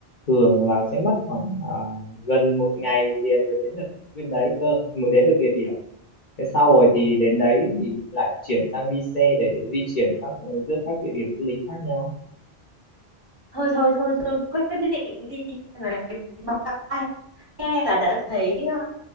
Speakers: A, on the left; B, on the right.
A: thường là sẽ mất khoảng ờ, gần một ngày liền mới đến được bên đấy cơ mới đến được địa điểm thế sau rồi thì đến đấy thì lại chuyển sang đi xe để di chuyển các ờ, giữa các địa điểm du lịch khác nhau
B: thôi thôi thôi tôi quyết định đi máy bay nghe là đã thấy ờ,